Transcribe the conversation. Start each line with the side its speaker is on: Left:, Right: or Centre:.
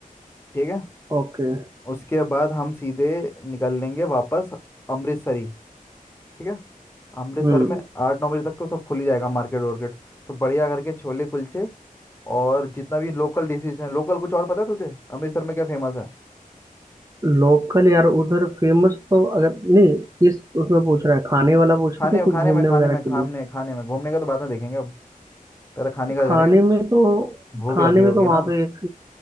Left: ठीक है
Right: ओके
Left: उसके बाद हम सीधे निकल लेंगे वापस अमृतसर ही ठीक है अमृतसर
Right: हम्म
Left: में आठ नौ बजे तक तो सब खुल ही जाएगा मार्केट वार्केट तो बढ़िया करके छोले कुलचे और जितना भी लोकल डिशेज हैं लोकल कुछ और पता है तुझे अमृतसर में क्या फेमस है
Right: लोकल यार उधर फेमस तो अगर नहीं इस उसमें पूछ रहा है खाने वाला पूछ
Left: खाने
Right: रहे थे कुछ
Left: खाने
Right: घूमने
Left: में खाने
Right: वगैरह
Left: में खाने
Right: के लिए
Left: खाने में घूमने का तो बाद में देखेंगे अब पहले खाने का
Right: खाने
Left: करेंगे
Right: में तो
Left: भूख
Right: खाने
Left: लगी
Right: में
Left: होगी
Right: तो वहाँ
Left: ना
Right: पे एक